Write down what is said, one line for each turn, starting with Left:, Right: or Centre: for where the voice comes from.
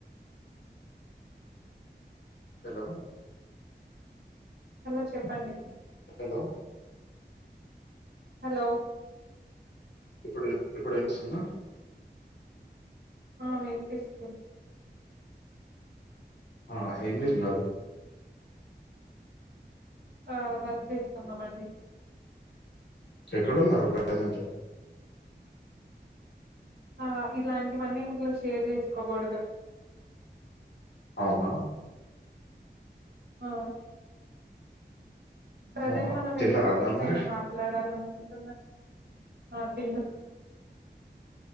Left: హలో
Right: హలో చెప్పండి
Left: హలో
Right: హలో
Left: ఇప్పుడు ఇప్పుడు వినిపిస్తుందా
Right: ఆ వినిపిస్తు
Left: ఆ ఏం జేస్తున్నారు
Right: ఆ వర్క్ చేస్తున్నామండి
Left: ఎక్కడున్నారు ప్రజెంట్
Right: ఆ ఇలాంటివన్నీ ఇంట్లో షేర్ చేసుకోకూడదు
Left: అవునా
Right: ఆ ప్రజెంట్
Left: అవునా
Right: మనం
Left: తిన్నారా
Right: ఏ టాపిక్
Left: అన్నం
Right: పైన
Left: మరి
Right: మాట్లాడాల అనుకుంటున్నారు ఆ తిన్న